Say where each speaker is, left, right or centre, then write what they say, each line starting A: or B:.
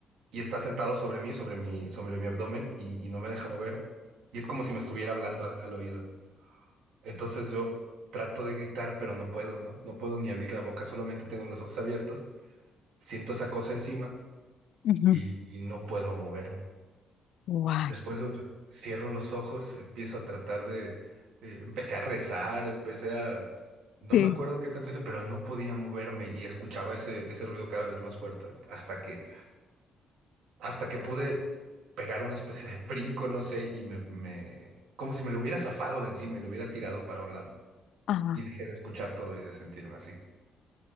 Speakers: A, on the right; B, on the left.
A: Y está sentado sobre mí, sobre mi, sobre mi abdomen, y, y no me deja mover. Y es como si me estuviera hablando a- al oído. Entonces yo trato de gritar, pero no puedo, ¿no? No puedo ni abrir la boca, solamente tengo los ojos abiertos. Siento esa cosa encima
B: Ujú.
A: y, y no puedo moverme.
B: Guay.
A: Después de un ra- cierro los ojos, empiezo a tratar de... eh, empecé a rezar, empecé a... No
B: Sí.
A: me acuerdo qué tanto hice, pero no podía moverme y escuchaba ese, ese ruido cada vez más fuerte hasta que hasta que pude pegar una especie de <laughs> brinco, no sé, y me, me, como si me lo hubiera zafado de encima y lo hubiera tirado para un lado.
B: Ajá.
A: Y dejé de escuchar todo y de sentirme así.